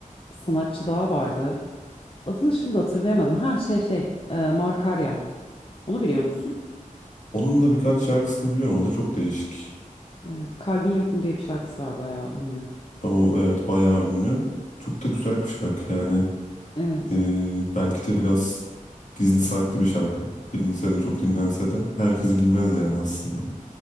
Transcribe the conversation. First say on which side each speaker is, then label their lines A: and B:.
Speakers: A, on the left; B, on the left.
A: sanatçı daha vardı. Adını şimdi hatırlayamadım. Ha şey şey e, Markaryan. Onu biliyor musun?
B: Onun da birkaç şarkısını biliyorum. O da çok değişik.
A: Evet Kalbin Yok Mu diye bir şarkısı var bayağı ünlü.
B: O evet bayağı ünlü. Çok da güzel bir şarkı yani.
A: Evet.
B: Ee, belki de biraz gizli saklı bir şarkı. Bilinse de çok dinlense de herkes bilmez yani aslında.